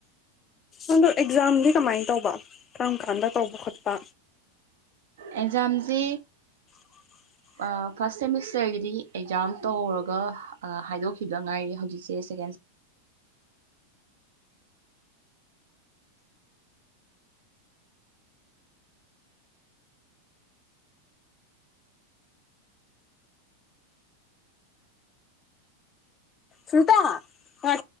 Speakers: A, on the left; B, on the right.
A: ꯑꯗꯣ ꯑꯦꯛꯖꯥꯝꯗꯤ ꯀꯃꯥꯏꯅ ꯇꯧꯕ ꯀꯔꯝ ꯀꯥꯟꯗ ꯇꯧꯕ ꯈꯣꯠꯄ
B: ꯑꯦꯛꯖꯥꯝꯁꯤ
A: <inaudible>
B: ꯐꯥꯔꯁꯠ ꯁꯦꯃꯤꯁꯇꯔꯒꯤꯗꯤ ꯑꯦꯛꯖꯥꯝ ꯇꯧꯔꯒ ꯍꯥꯏꯗꯣꯛꯈꯤꯕꯗ ꯉꯥꯏꯔꯦ ꯍꯧꯖꯤꯛꯁꯦ ꯁꯦꯀꯦꯟ
A: ꯁꯇ ꯍ